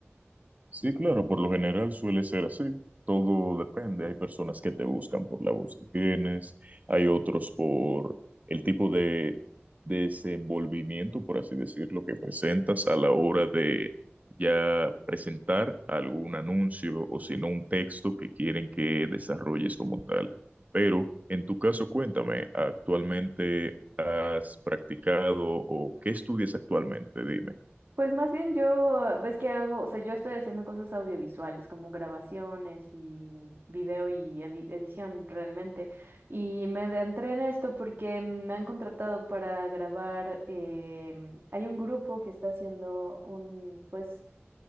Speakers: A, on the right; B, on the right.
A: Sí, claro, por lo general suele ser así. Todo depende. Hay personas que te buscan por la voz que tienes, hay otros por el tipo de desenvolvimiento, por así decirlo, que presentas a la hora de ya presentar algún anuncio o si no un texto que quieren que desarrolles como tal. Pero en tu caso, cuéntame, ¿actualmente has practicado o qué estudias actualmente? Dime.
B: Pues más bien yo, ves que hago, o sea, yo estoy haciendo cosas audiovisuales, como grabaciones y video y edi- edición realmente. Y me adentré en esto porque mm, me han contratado para grabar, em, hay un grupo que está haciendo un, pues,